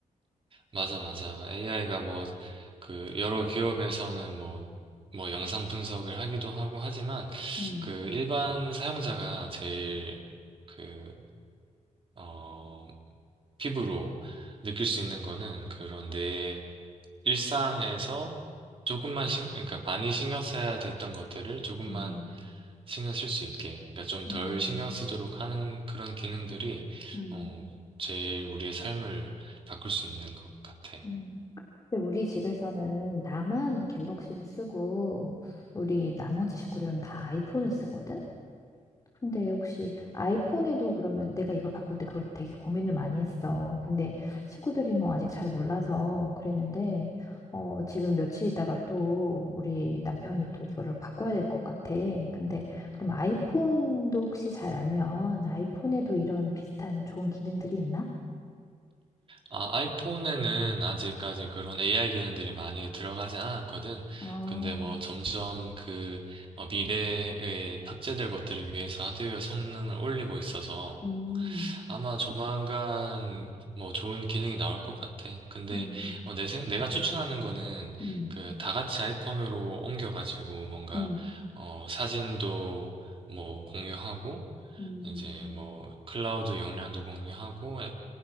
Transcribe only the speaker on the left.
음,
음,
음,
음,
음. 근데 우리 집에서는 나만 갤럭시를 쓰고 우리 나머지 식구들은 다 아이폰을 쓰거든? 근데 혹시 아이폰에도 그러면 내가 이걸 바꿀 때 그걸 되게 고민을 많이 했어. 근데 친구들이 뭐 아직 잘 몰라서 그랬는데, 어, 지금 며칠 있다가 또 우리 남편이 또 이거를 바꿔야 될 것 같아. 근데 그럼 아이폰도 혹시 잘 알면 아이폰에도 이런 비슷한 좋은 기능들이 있나?
아,
음,
음,
음,
음,
음,